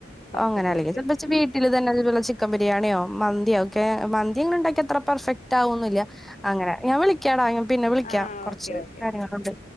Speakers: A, on the left (about 35°); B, in the centre.
A: പുറത്ത്
B: അങ്ങനെ
A: പോയിട്ട്
B: അല്ലെങ്കിൽ ചൽപ ച്
A: ആഹ്
B: വീട്ടില് തന്നെ അതുപോലെ ചിക്കൻ ബിരിയാണിയോ മന്തിയോ ഒക്കെ മൻ ന്തിങ്ങനെ ഇണ്ടാക്ക്യാ അത്ര പെർഫെക്റ്റ് ആവൊന്നില്ല അങ്ങനെ ഞങ്ങളി ക്ക്യാടാ ഞാൻ പിന്നെ വിളിക്ക്യ
A: ആഹ്
B: കുറച്ച്
A: ഓക്കെ ഓക്കെ
B: കാര്യങ്ങളുണ്ട്